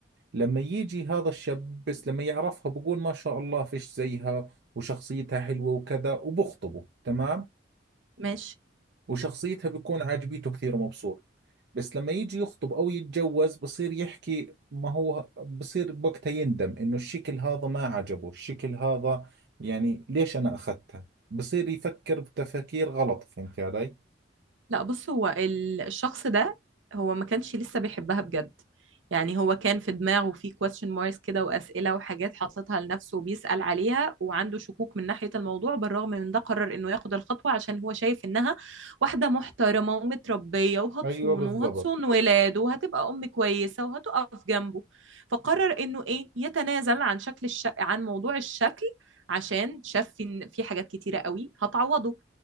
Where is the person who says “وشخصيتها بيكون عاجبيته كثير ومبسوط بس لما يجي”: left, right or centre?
Right